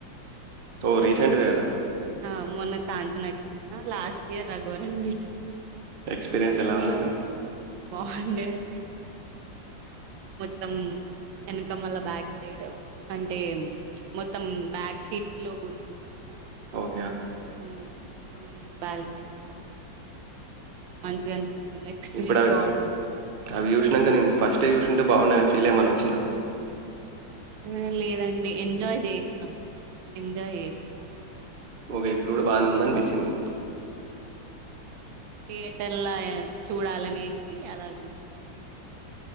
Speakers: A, on the right (about 40°); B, on the right (about 80°).
A: ఒ రీసెంట్ వే కద
B: ఆ మొన్న కాంచనాకి ఆ లాస్ట్ ఇయర్ అ వరం బీ టి
A: ఎక్స్పీరియన్స్ ఎలా ఉందండి
B: బాగుండే అండి మొత్తం వెనకమళ బ్యాక్ సైడ్ అంటే మొత్తం బ్యాక్ సీట్స్ లో కూర్చున్నాం
A: అవు
B: ఉం ఉం బాల్కనీ మంచిగా అనిపించింది ఎక్స్పీరియన్స్
A: ఇప్పుడు అవి
B: బాగుంది
A: అవి చూసినాంక నేను ఫస్ట్ చూసింటే బాగుండని ఫీల్ ఏమని వచ్చినా
B: ఆ లేదండి ఎంజాయ్ చేసినాం ఎంజాయ్ చేసినాం
A: ఓకే ఇప్పుడు కూడా బానే ఉందని అనిపించింది
B: ధియేటర్లా చూడాలనేసి అలా చూస